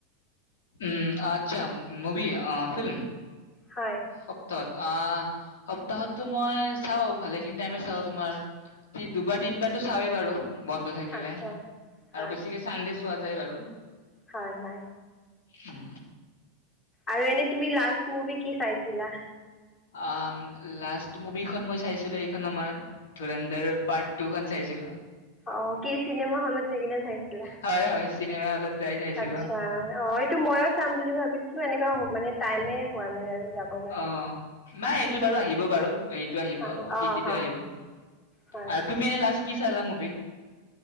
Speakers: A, on the left; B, on the left.
A: উম আচ্ছা মুভি ফিল্ম
B: হয়
A: সপ্তাত অ সপ্তাহতো মই চাওঁ ভালেখিনি টাইমে চাওঁ তোমাৰ দুবাৰ তিনিবাৰতো চাওঁএই বাৰু বন্ধ থাকিলে
B: আচ্ছা হয়
A: আৰু বেছিকে চানডে চোৱা যায় বাৰু
B: হয় হয়
A: উম
B: আৰু মান তুমি লাষ্ট মুভি কি চাইছিলা
A: আ লাষ্ট মুভিখন মই চাইছিলো এইখন আমাৰ ধৰেন্দৰ পাৰ্ট টু খ চাইছিলো
B: অ কি চিনেমা হলত য কিনে চাইছিলা
A: হয়, হয় চিনেমা হলত যাই চাইছিলো
B: আচছা অ এইটো ময়ো চাম বুলি ভাবিছো এনেক মানে টাইমে হোৱা নাই আৰু যাবলৈ
A: অ'। নাই এইটো বাৰু আহিব বাৰু হেটো আহিব
B: অঁ
A: অতিথিটো
B: অঁ
A: আহিব আৰু
B: হয়
A: তুমি লাষ্ট কি চলামব